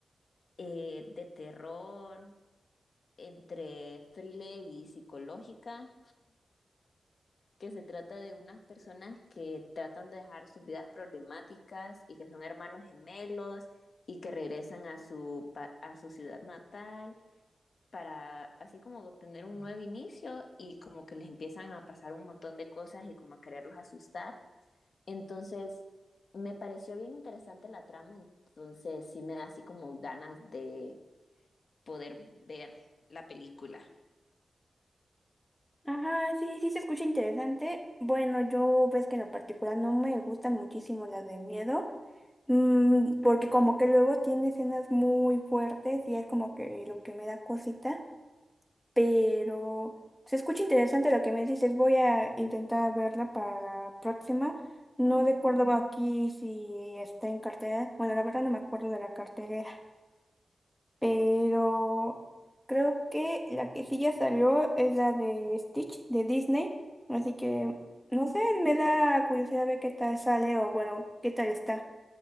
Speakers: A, on the left; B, in the centre.
A: eh, de terror, entre thriller y psicológica que se trata de unas personas que tratan de dejar sus vidas problemáticas y que son hermanos gemelos y que regresan a su, pa- a su ciudad natal para así como tener un nuevo inicio y como que les empiezan a pasar un montón de cosas y como a quererlos asustar. Entonces, me pareció bien interesante la trama, entonces sí me da así como ganas de poder ver la película.
B: ajá, sí, sí se escucha interesante. Bueno, yo ves que en lo particular no me gustan muchísimo las de miedo, mm, porque como que luego tiene escenas muy fuertes y es como que lo que me da cosita. pero se escucha interesante lo que me dices. Voy a intentar verla para la próxima. No recuerdo aquí si está en cartelera. Bueno, la verdad no me acuerdo de la cartelera, pero creo que la que sí ya salió es la de Stitch de Disney. Así que, no sé, me da curiosidad ver qué tal sale o bueno, qué tal está.